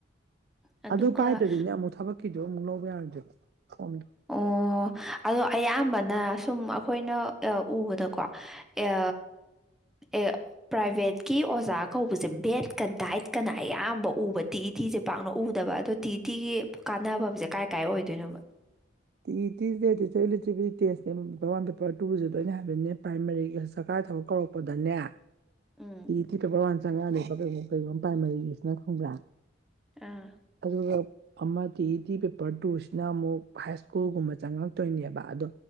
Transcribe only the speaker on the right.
ꯑꯗꯨ ꯄꯥꯏꯗ꯭ꯔꯗꯤꯅꯦ ꯑꯃꯨꯛ ꯊꯕꯛꯀꯤꯗꯣ ꯑꯃꯨꯛ ꯂꯧꯕ ꯌꯥꯔꯣꯏꯗꯣꯏꯕ ꯐꯣꯝ
<unintelligible> ꯇꯦꯁꯅꯦ ꯃꯃꯥꯡꯗ ꯄꯥꯔꯠ ꯇꯨꯁꯦ ꯗꯣꯏꯅꯦ ꯍꯥꯏꯕꯗꯤꯅꯦ ꯄ꯭ꯔꯥꯝꯃꯔꯤꯒꯤ ꯁꯔꯀꯥꯔ ꯀꯥꯏ ꯊꯕꯛ ꯀꯧꯔꯛꯄꯗꯅꯦ
ꯇꯤ ꯏꯇꯤ ꯇꯣꯄꯔ ꯋꯥꯟ ꯆꯪꯉꯛꯅꯦꯕ ꯀꯩꯒꯨꯝ <unintelligible> ꯄ꯭ꯔꯥꯏꯃꯔꯤꯁꯤꯅ ꯈꯪꯕ꯭ꯔꯥ
ꯑꯗꯨꯒ ꯑꯃ ꯇꯤ ꯏꯇꯤ ꯄꯦꯄꯔ ꯇꯨꯁꯤꯅ ꯑꯃꯨꯛ ꯍꯥꯏꯁ ꯀꯨꯜꯒꯨꯝꯕ ꯆꯪꯉꯛꯇꯣꯏꯅꯦꯕ ꯑꯗꯣ